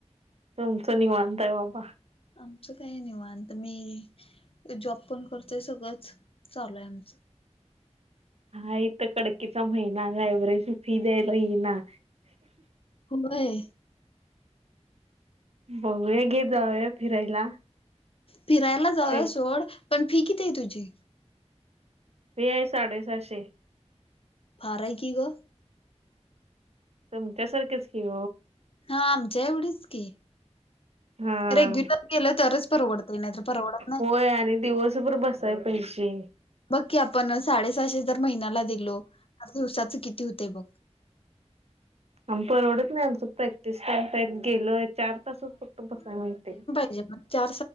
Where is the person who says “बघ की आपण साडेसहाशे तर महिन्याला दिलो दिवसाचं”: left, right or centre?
Left